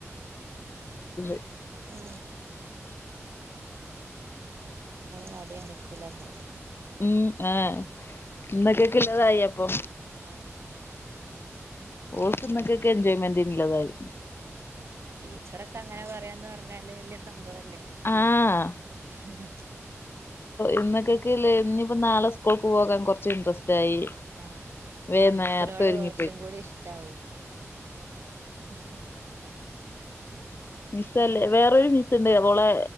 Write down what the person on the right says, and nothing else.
ആ വാടയാണിക്കൂല എന്നാല്
ആഹ്
ആ ടീച്ചറൊക്കെ അങ്ങനെ പറയാന്ന് പറഞ്ഞാല് വല്യ സംഭവല്ലേ?
ഉ
ആഹ്
ആ മിസ്സിനോട്
കൊറച്ചും
കൂടി ഇഷ്ടാവും ഉം